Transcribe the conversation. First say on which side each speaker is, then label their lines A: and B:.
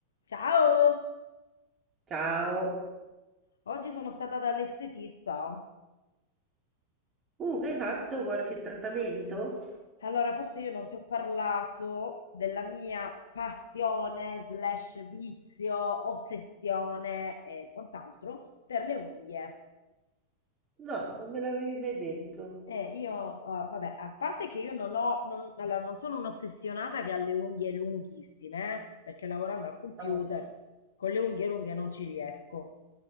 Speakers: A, on the left; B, on the right.
A: Ciao!
B: Ciao.
A: Oggi sono stata dall'estetista.
B: Uh, che hai fatto qualche trattamento?
A: Allora, forse io non ti ho parlato della mia passione, slash vizio, ossessione e quant'altro per le unghie.
B: No, non me l'avevi mai detto.
A: Eh, io, eh, vabbè, a parte che io non ho, non, allora, non sono un'ossessionata che ha le unghie lunghissime, eh, perché lavorando al computer
B: Ah,
A: con le unghie lunghe non ci riesco.